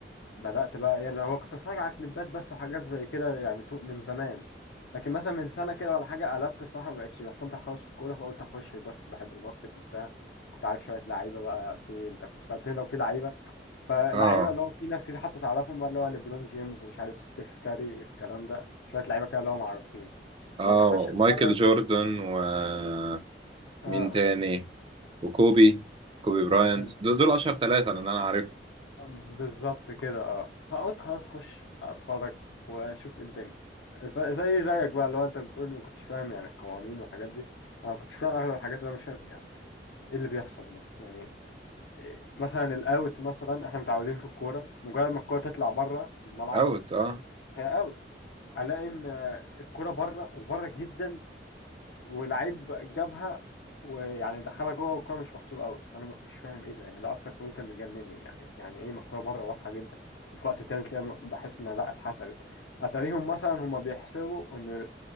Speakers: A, on the left (about 85°); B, on the right (about 30°).
A: بدات بقى يعني هو كنت اتفرج على كليبات بس وحاجات زي كده يعني طول- من زمان لكن مثلا من سنه كده ولا حاجه قلبت الصراحه ما بقتش بستمتع خالص في الكوره فقلت اخش الباسكت بحب الباسكت وبتاع كنت عارف شويه لعيبه بقى في انت كنت سالتني لو في لعيبه فلعيبه
B: اه
A: اللي هو في ناس كتير حتى تعرفهم بقى اللي هو ليبرون جيمس مش عارف ستيف كاري الكلام ده شويه لعيبه كده اللي هو معروفين
B: اه
A: قلت اخش اتفرج
B: مايكل جوردن ومين
A: اه
B: تاني وكوبي كوبي براينت
A: بز...
B: دول دول اشهر ثلاثة اللي انا عارفهم
A: بالظبط كده اه فقلت خلاص اخش اتفرج واشوف إيه الدنيا ز- زي زيك بقى لو انت بتقول ما كنتش فاهم يعني القوانين والحاجات دي انا ما كنتش فاهم اغلب الحاجات اللي انا مش فاهم يعني ايه اللي بيحصل ده يعني إيه مثلا الاوت مثلا احنا متعودين في الكوره مجرد ما الكوره تطلع بره الملعب
B: اوت اه
A: هي اوت الاقي ان الكوره بره وبره جدا ولعيب جابها ويعني دخلها جوه والكوره مش محسوب قوي فانا م- مش فاهم ايه ده يعني ده اكتر كون كان مجنني يعني يعني ايه ما الكوره بره واضحه جدا وفي وقت تاني تلاقي م- بحس انها لا اتحسبت اتاريهم مثلا هما بيحسبوا ان